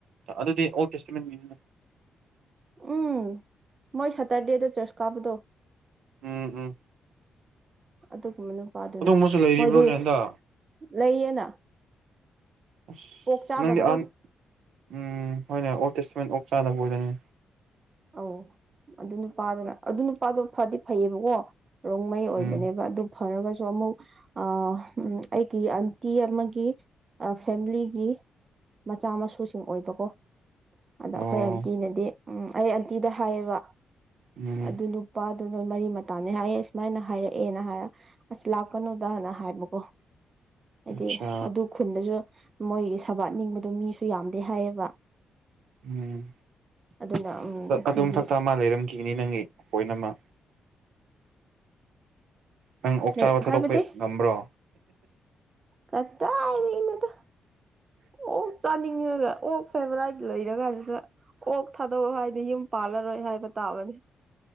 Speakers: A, on the right; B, on the right.
A: ꯑꯗꯨꯗꯤ ꯑꯣꯜ ꯇꯦꯁꯇꯃꯦꯟꯒꯤꯅꯤꯅꯦ
B: ꯎꯝ ꯃꯣꯏ ꯁꯇꯔꯗꯦꯗ ꯆ꯭ꯔꯆ ꯀꯥꯕꯗꯣ
A: ꯎꯝ ꯎꯝ
B: ꯑꯗꯨꯒꯨꯝꯕ ꯅꯨꯄꯥꯗꯨꯅ
A: ꯑꯗꯨꯒꯨꯝꯕꯁꯨ ꯂꯩꯔꯤꯕ꯭ꯔꯣꯅꯦ
B: ꯃꯣꯏꯗꯤ
A: ꯍꯟꯗꯛ
B: ꯂꯩꯌꯦꯅ
A: ꯑꯁ
B: ꯄꯣꯛ ꯆꯥꯗꯕꯗꯣ
A: ꯅꯪꯗꯤ ꯑꯍꯥꯟ ꯎꯝ ꯍꯣꯏꯅꯦ ꯑꯣꯜ ꯇꯦꯁꯇꯃꯦꯟ ꯑꯣꯛ ꯆꯥꯗꯕ ꯑꯣꯏꯗꯅꯤ
B: ꯑꯧ ꯑꯗꯨ ꯅꯨꯄꯥꯗꯨꯅ ꯑꯗꯨ ꯅꯨꯄꯥꯗꯣ ꯐꯗꯤ ꯐꯩꯌꯦꯕꯀꯣ ꯔꯣꯡꯃꯩ ꯑꯣꯏꯕꯅꯦꯕ
A: ꯎꯝ
B: ꯑꯗꯨ ꯐꯔꯒꯁꯨ ꯑꯃꯨꯛ ꯑꯥ ꯑꯩꯒꯤ ꯑꯟꯇꯤ ꯑꯃꯒꯤ ꯐꯦꯝꯃꯤꯂꯤꯒꯤ ꯃꯆꯥ ꯃꯁꯨꯁꯤꯡ ꯑꯣꯏꯕꯀꯣ ꯑꯗꯥ
A: ꯑꯣ
B: ꯑꯩꯈꯣꯏ ꯑꯟꯇꯤꯅꯗꯤ ꯎꯝ ꯑꯩ ꯑꯟꯇꯤꯗ ꯍꯥꯏꯌꯦꯕ
A: ꯎꯝ
B: ꯑꯗꯨꯅꯨꯞ ꯅꯨꯄꯥꯗꯨ ꯅꯣꯏ ꯃꯔꯤ ꯃꯇꯥꯅꯦ ꯍꯥꯏꯌꯦ ꯁꯨꯃꯥꯏꯅ ꯍꯥꯏꯔꯛꯑꯦꯅ ꯍꯥꯏꯔ ꯑꯁ ꯂꯥꯛꯀꯅꯨꯗꯅ ꯍꯥꯏꯕꯀꯣ ꯍꯥꯏꯗꯤ
A: ꯑꯠꯆꯥ
B: ꯑꯗꯨ ꯈꯨꯟꯗꯁꯨ ꯃꯣꯏꯒꯤ ꯁꯕꯥꯠꯅꯤꯡꯕꯗꯣ ꯃꯤꯁꯨ ꯌꯥꯝꯗꯦ ꯍꯥꯏꯌꯦꯕ
A: ꯎꯝ
B: ꯑꯗꯨꯅ ꯎꯝ
A: ꯑꯗꯨꯝꯊꯛꯇ
B: ꯍꯥꯏꯗꯤ
A: ꯃꯥ ꯂꯩꯔꯝꯈꯤꯒꯅꯤ ꯅꯪꯒꯤ ꯄꯣꯏꯟ ꯑꯃ ꯅꯪ ꯑꯣꯛ
B: ꯂꯥꯏꯔꯤꯛ
A: ꯆꯥꯕ ꯊꯥꯗꯣꯛꯄ
B: ꯍꯥꯏꯕꯗꯤ
A: ꯉꯝꯕ꯭ꯔꯣ
B: ꯀꯠꯗꯥꯏꯗꯒꯤꯅꯣꯗ ꯑꯣꯛ ꯆꯥꯅꯤꯡꯉꯒ ꯑꯣꯛ ꯐꯦꯕꯔꯥꯏꯠ ꯂꯩꯔ ꯀꯥꯟꯁꯤꯗ ꯑꯣꯛ ꯊꯥꯗꯣꯛꯑꯣ ꯍꯥꯏ ꯗꯤ ꯌꯨꯝ ꯄꯥꯜꯂꯔꯣꯏ ꯍꯥꯏꯕ ꯇꯥꯕꯅꯦ